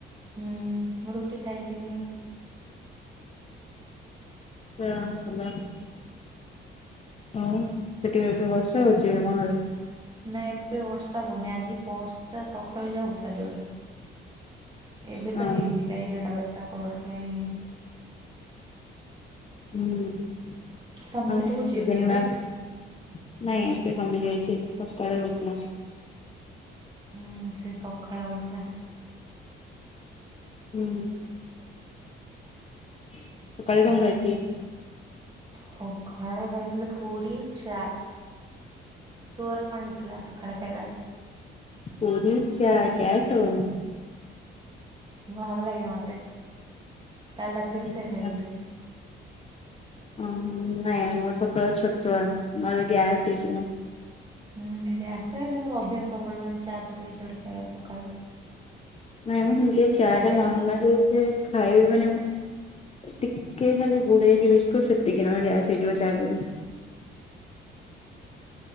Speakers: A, on the right; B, on the left.
A: ହୁଁ ମୁଁ ରୁଟି ଖାଇଦିଏ।
B: <unintelligible> ହଁ ସେଠି ଏବେ ବର୍ଷା ହଉଛି ତମ ଆଡ଼େ?
A: ନା ଏବେ ବର୍ଷା ହଉନି ଆଜି ବର୍ଷା ସକାଳୁ ଯାହା ହଉଥିଲା ଜୋରରେ। ଏବେ
B: ହଁ
A: ତ ହେଇନି କାଇଁ ଏଗାରଟା ବାରଟା ପରଠାରୁ କାହିଁ।
B: <unintelligible>
A: ତମ ସେଠି ହଉଛି କି ଏବେ?
B: ନାଇଁ ଏବେ କମି ଯାଇଛି ସକାଳେ ହଉଥିଲା।
A: ହୁଁ ସେ ସକାଳେ ହଉଥିଲା।
B: ହୁଁ ସକାଳେ କଣ ଖାଇଥିଲେ?
A: ସକାଳେ ଖାଇଥିଲି ପୁରୀ ଚା। ତୋର କଣ ହେଇଥିଲା ସକାଳେ ଖାଇବା?
B: ପୁରି ଚା ଗ୍ୟାସ ହବନି?
A: ଭଲ ଲାଗେ ମତେ। କାଲି ରାତିରେ ବି
B: ଆଚ୍ଛା
A: ସେଇଆ ଖାଇଥିଲି।
B: ଅ ନାଇଁ ମୋର ସକାଳୁ ଛତୁଆ ନହେଲେ ଗ୍ୟାସ ହେଇଯିବ।
A: ହୁଁ ଗ୍ୟାସ ତ ହେଲେ ମୋର ଅଭ୍ୟାସ ସବୁବେଳେ ମାନେ ଚା ସହିତ କିଛି ଗୋଟେ ଖାଇବା ସକାଳୁ।
B: ନାଇଁମ ମୁଁ ଯୋଉ ଚା
A: ପ୍ରାୟ
B: ଟା
A: ଟାଇମ୍।
B: ନର୍ମାଲ ଖାଇବି ମାନେ ଟିକେ ଖାଲି ବୁଡେଇକି ବିସ୍କୁଟ୍ ସେତିକି, ନହେଲେ ଗ୍ୟାସ ହେଇଯିବ ଚା ପିଇଲେ।